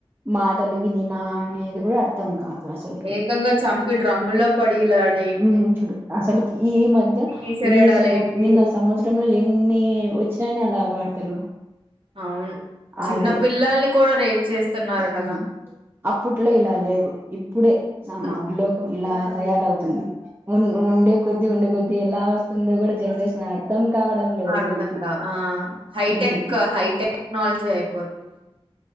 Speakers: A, on the right; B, on the right.
A: మాటలు వినినా అనేది కూడా అర్థం కాదు అసలుకి
B: ఏకంగా చంపి డ్రమ్ములో పడిలాడే
A: హ్ చూడు అసలు ఈ మధ్య
B: తీసిరేడాలేంటి
A: ఈ సం నిన్న సంవత్సరంలో ఎన్ని వచ్చిన అలా వార్తలు
B: అవును చిన్న
A: అవే
B: పిల్లల్ని కూడా రేప్ చేస్తున్నారు
A: ఉహ్
B: కదా
A: అప్పట్లో ఇలా లేవు ఇప్పుడే సమ
B: అవును
A: లోకం ఇలా తయారవుతుంది ఉన్ ఉండే కొద్ది ఉండే కొద్ది ఎలా వస్తుందో కూడా జనరేషన్ అర్థం కావడం లేదు
B: అర్ధం
A: అసలుకి
B: కా ఆ హైటెక్
A: ఉమ్
B: హైటెక్ టెక్నాలజీ అయిపోతుంది